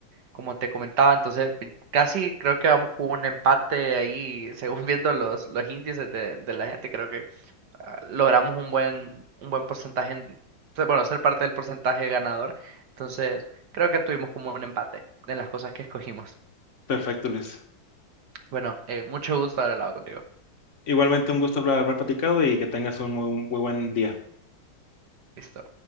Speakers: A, on the right; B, on the left.
A: como te comentaba, entonces pi- casi creo que vamos con un empate ahí, <laughs> según viendo los, los índices de, de la gente, creo que ah, logramos un buen, un buen porcentaje, en- se- bueno, ser parte del porcentaje ganador. Entonces creo que tuvimos como un empate en las cosas que escogimos.
B: Perfecto, Luis.
A: Bueno, eh, mucho gusto haber hablado contigo.
B: Igualmente un gusto haber, haber platicado y que tengas un muy, muy buen día.
A: Listo.